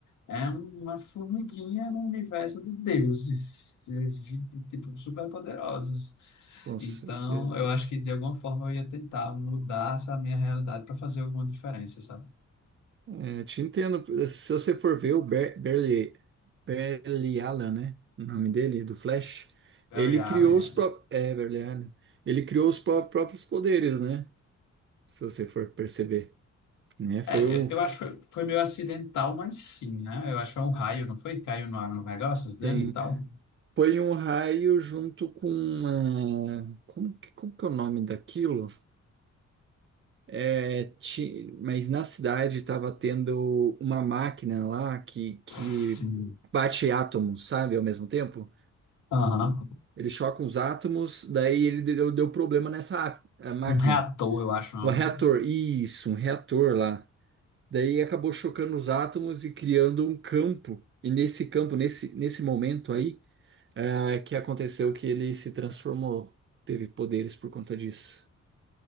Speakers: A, on the left (about 85°); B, on the right (about 40°).
A: é uma formiguinha no universo de deuses, eh, de- tipo, super poderosos.
B: Com
A: Então,
B: certeza.
A: eu acho que de alguma forma eu ia tentar mudar essa minha realidade para fazer alguma diferença, sabe?
B: É, te entendo. Eh, Se você for ver o Ber Berli, Berliala, né? O nome dele, do Flash,
A: Barry
B: ele
A: Allen.
B: criou os pró é, Berliala. Ele criou os pró- próprios poderes, né? Se você for perceber, né? Foi
A: É,
B: um
A: É, eu eu acho que foi, foi meio acidental, mas sim, né? Eu acho que foi um raio, não foi? Caiu no, no negócios dele
B: tem,
A: e tal.
B: foi um raio junto com uma, como que, como que é o nome daquilo? É, ti- mas na cidade estava tendo uma máquina lá que, que
A: Sim.
B: bate átomos, sabe, ao mesmo tempo.
A: Aham,
B: Ele choca uns átomos, daí ele deu, deu problema nessa á- a máquina.
A: Um reator, eu acho o nome,
B: O reator,
A: né?
B: isso, um reator lá. Daí acabou chocando os átomos e criando um campo. E nesse campo, nesse, nesse momento aí, é, que aconteceu que ele se transformou. Teve poderes por conta disso.